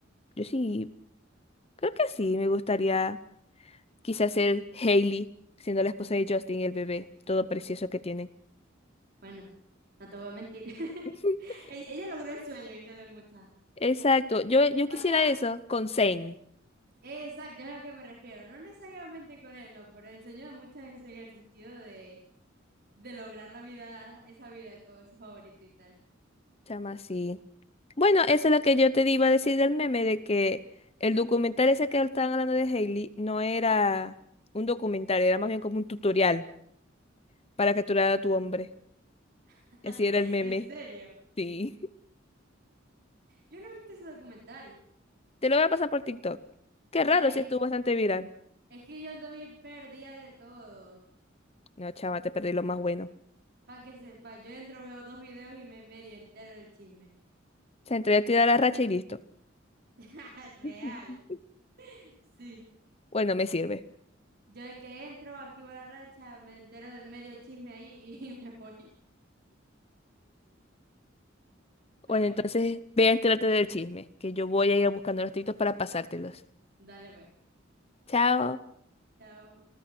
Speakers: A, on the left; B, on the right.
A: Yo sí, creo que sí, me gustaría quizás ser Hailey, siendo la esposa de Justin y el bebé, todo precioso que tienen.
B: Bueno, no te voy a mentir. <laughs>
A: <laughs>
B: Ella, ella logró el sueño, ¿viste? De muchas.
A: Exacto, yo, yo quisiera
B: O sea,
A: eso con Zane,
B: exacto, es a lo que me refiero. No necesariamente con él, no, pero el sueño de muchas en, en el sentido de, de lograr la vida, esa vida con su favorito y tal.
A: chama así. Bueno, eso es lo que yo te iba a decir del meme, de que el documental ese que estaban hablando de Hailey no era un documental, era más bien como un tutorial para capturar a tu hombre.
B: <laughs>
A: Así era el meme.
B: En serio.
A: Sí.
B: Yo no he visto ese documental.
A: <laughs> Te lo voy a pasar por TikTok. Qué raro,
B: Dale,
A: sí
B: que
A: estuvo bastante viral.
B: es que yo ando bien perdida de todo.
A: No, chama, te perdí lo más bueno.
B: Pa' que sepa, yo entro, veo dos videos y me medio entero del chisme.
A: Se entrega a tirar la racha y listo.
B: <laughs> Real.
A: <laughs>
B: Sí.
A: Bueno, me sirve.
B: Yo de que entro, activo la racha, me entero de medio chisme ahí y <laughs> me voy. Ay,
A: Bueno, entonces
B: no.
A: ve a enterarte del chisme, que yo voy a ir buscando los títulos para pasártelos.
B: Dale, pues.
A: Chao.
B: Chao.